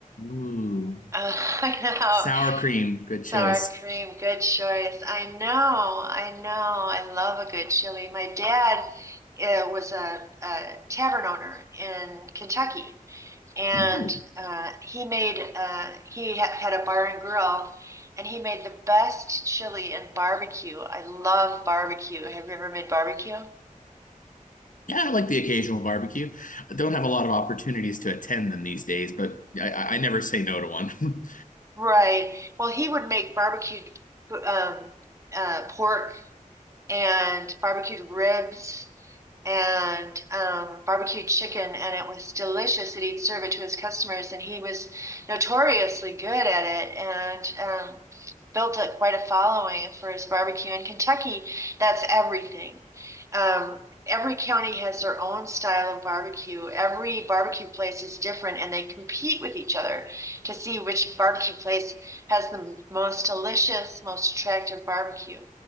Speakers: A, on the left; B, on the right.
A: ooh
B: <laughs> I
A: sour
B: know.
A: cream good
B: Sour
A: choice
B: cream, good choice. I know, I know. I love a good chili. My dad uh, was a, a tavern owner in Kentucky and
A: Ooh.
B: uh, he made uh, he ha had a bar and grill, and he made the best chili and barbecue. I love barbecue. Have you ever made barbecue?
A: Yeah, I like the occasional barbecue. I don't have a lot of opportunities to attend them these days, but I, I I never say no to one.
B: Right. Well, he would make barbecued um, uh, pork and barbecued ribs and um, barbecue chicken, and it was delicious. And he'd serve it to his customers, and he was notoriously good at it, and um, built up quite a following for his barbecue. In Kentucky, that's everything. Um, every county has their own style of barbecue. Every barbecue place is different, and they compete with each other to see which barbecue place has the most delicious, most attractive barbecue.